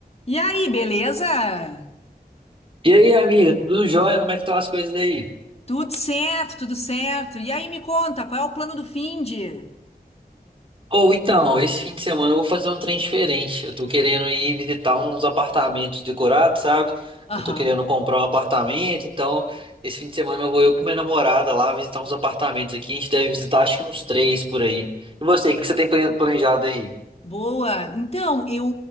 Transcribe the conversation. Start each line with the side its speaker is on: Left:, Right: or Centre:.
Left: E aí, beleza?
Right: E aí, amiga, tudo jóia? Como é que estão as coisas aí?
Left: Tudo certo, tudo certo. E aí, me conta, qual é o plano do finde?
Right: Ou então, esse fim de semana eu vou fazer um trem diferente. Eu tô querendo ir visitar uns apartamentos decorados, sabe? Que
Left: Aham.
Right: eu tô querendo comprar um apartamento, então esse fim de semana eu vou eu com minha namorada lá visitar uns apartamentos aqui. A gente deve visitar acho que uns três por aí. E você, o que que você tem plane- planejado aí?
Left: Boa. Então, eu